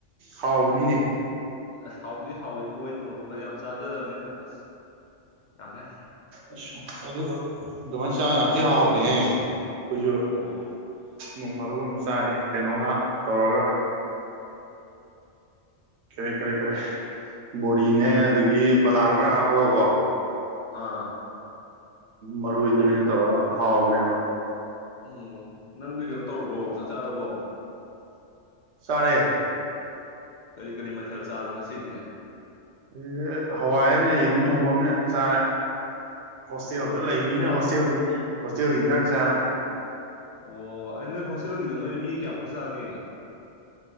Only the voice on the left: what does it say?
ꯑꯁ ꯍꯥꯎꯗꯤ ꯍꯥꯎꯋꯦꯕꯨ ꯑꯩꯗꯤ ꯃꯣꯔꯣꯛꯀ ꯌꯥꯝ ꯆꯥꯖꯗꯕꯅꯤꯅ ꯑꯁ ꯌꯥꯗ꯭ꯔ‌ꯦ
ꯑꯣ
ꯑꯥ
ꯎꯝ ꯅꯪꯗꯤ ꯀꯩꯅꯣ ꯇꯧꯔꯕꯣ ꯆꯥꯛ ꯆꯥꯔꯕꯣ
ꯀꯔꯤ ꯀꯔꯤ ꯃꯊꯦꯜ ꯆꯥꯔꯕ ꯉꯁꯤꯗꯤ
ꯑꯣ ꯑꯁ
ꯑꯗꯨꯗꯤ ꯍ-
ꯑꯁ
ꯁꯨꯝ ꯑꯣ ꯑꯩ ꯅꯣꯏ ꯍꯣꯁꯇꯦꯜꯒꯤꯗ ꯅꯣꯏ ꯃꯤ ꯀꯌꯥꯃꯨꯛꯀ ꯆꯥꯒꯦ